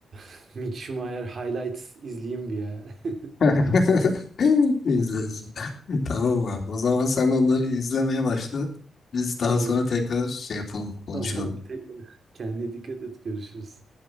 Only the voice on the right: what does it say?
<laughs> Mick Schumacher highlights izleyeyim bir ya. <laughs>
Evet,
tamam bir tek <laughs> kendine dikkat et görüşürüz.